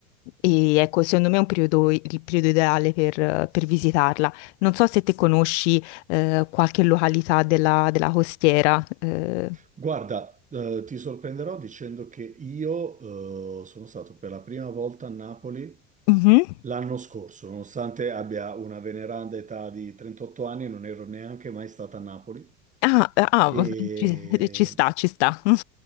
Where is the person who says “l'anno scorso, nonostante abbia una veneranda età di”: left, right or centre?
Right